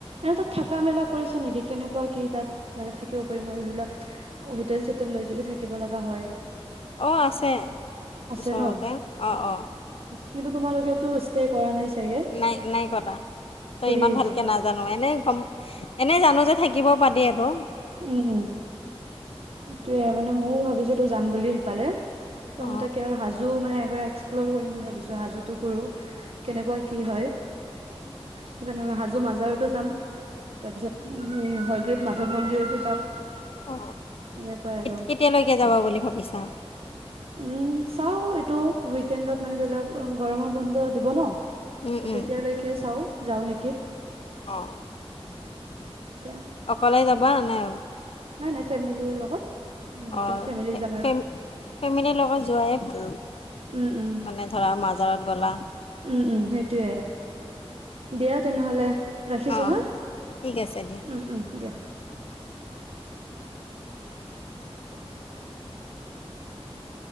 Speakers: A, on the right (about 70°); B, on the left (about 65°).
A: এনে তাত থাকা মেলা কৰিছা নেকি কেনেকুৱা কি তাত মানে থাকিব পাৰিম মই ধৰি লওক হোটেল চোটেল লৈ যদি থাকিব লগা হয়
B: অ আছে ওচৰতে
A: আছে ন?
B: অ অ
A: কিন্তু তোমালোকেেতটো ষ্টে কৰা নাই চাগে
B: নাই নাই কটা মই
A: ঘুৰি
B: ইমান
A: আহিছা
B: ভালকে নাজানো এনে গম, এনেই আানো যে <unintelligible> থাকিব পাৰি আৰু
A: উম, উম। সেইটোয়ে মানে ময়ও ভাবিছো তো যাম বুলি সিফালে ত
B: অ
A: মই তাকে আৰু হাজো মানে <unintelligible> এক্সপ্লৰ কৰিম বুলি ভাবিছোঁ, হাজোতো ঘূৰো। কেনেকুৱা কি হয় সেইকাৰণে মই হাজো মাজাৰতো যাম। তাৰ পিছত উম, হ <unintelligible> মাধৱ মন্দিৰতো যাওঁ।
B: অ
A: এনেকুৱাই আৰু
B: কেতিয়ালৈকে যাবা বুলি ভাবিছা
A: উম চাও এইটো উইকেণ্ডত মানে ধৰি লওক গৰমৰ বন্ধ দিব ন
B: উম
A: ত
B: উম
A: তেতিয়ালৈকে চাওঁ। যাও নেকি
B: অ।
A: <unintelligible>
B: পলাই যাবা নে
A: নাই নাই ফেমিলিৰ লগত গোটেই
B: অ
A: ফেমিলি যাম আৰু
B: ফেমিলিৰ লগত যোৱাইয়ে মানে
A: উম উম
B: ধৰা মাজাৰত গ'লা
A: উম, উম, সেইটোয়ে, দিয়া তেনেহলে। ৰাখিছো
B: অ অ
A: হা। উম,
B: ঠিক আছে দিয়া
A: উম, দিয়া। <inaudible> <inaudible>